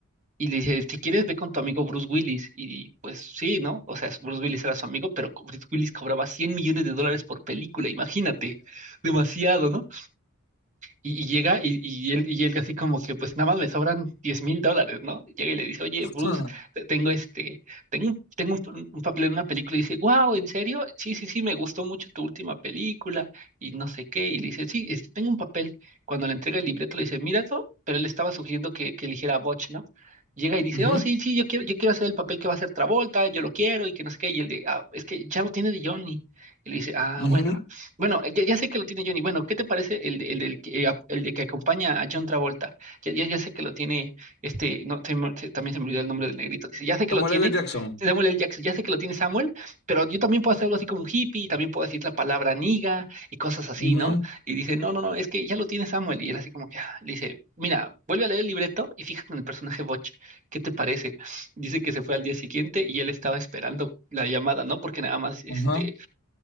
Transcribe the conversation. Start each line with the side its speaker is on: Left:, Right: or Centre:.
Right: Y le dice, si quieres, ve con tu amigo Bruce Willis. Y pues sí, ¿no? O sea, Bruce Willis era su amigo, pero Bruce Willis cobraba 100 millones de dólares por película, imagínate. Demasiado, ¿no? Y, y llega y, y él, y él así como que pues nada más me sobran diez mil dólares, ¿no? Llega y le dice, oye, Bruce,
Left: Ah.
Right: te- tengo este, tengo un, tengo un, p- un papel en una película y dice, wow, ¿en serio? Sí, sí, sí, me gustó mucho tu última película y no sé qué. Y le dice, sí, este, tengo un papel. Cuando le entrega el libreto le dice, míralo, pero él estaba sugiriendo que, que eligiera a Butch, ¿no? Llega y dice,
Left: Ujú,
Right: oh, sí, sí, yo quiero, yo quiero hacer el papel que va a hacer Travolta, yo lo quiero y que no sé qué. Y él de, ah, es que ya lo tiene de Johnny. Y le dice, ah,
Left: ujú.
Right: bueno. Bueno, ya, ya sé que lo tiene Johnny. Bueno, ¿qué te parece el, de- el, del que, eh, ap- el de que acompaña a John Travolta? Ya, ya, ya sé que lo tiene, este, no, se me- se- también se me olvidó el nombre del negrito. Dice, ya sé que
Left: Samuel
Right: lo tiene
Left: L. Jackson.
Right: Samuel L. Jackson, ya sé que lo tiene Samuel, pero yo también puedo hacer algo así como un hippie, también puedo decir la palabra niga y cosas así,
Left: Ujú,
Right: ¿no? Y dice, no, no, no, es que ya lo tiene Samuel. Y él así como que ah, le dice, mira, vuelve a leer el libreto y fíjate en el personaje Butch, ¿qué te parece? Dice que se fue al día siguiente y él estaba esperando la llamada, ¿no? Porque nada más, este
Left: ujú,